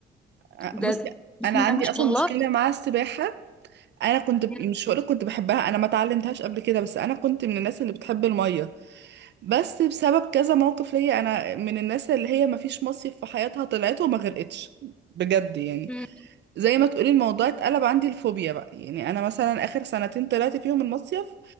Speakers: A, on the right; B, in the centre.
A: آه،
B: ده
A: بصي
B: بسم
A: انا عندي
B: الله ما شاء
A: اصلا
B: الله
A: مشكلة مع السباحة انا كنت ب...
B: <laughs>
A: مش هقولك كنت بحبها انا ما اتعلمتهاش قبل كده بس انا كنت من الناس اللي بتحب الميه بس بسبب كذا موقف ليا انا من الناس اللي هي ما فيش مصيف في حياتها طلعت وما غرقتش بجد يعني
B: مم.
A: زي ما تقولي الموضوع اتقلب عندي الفوبيا بقى يعني انا مثلا اخر سنتين طلعت فيهم المصيف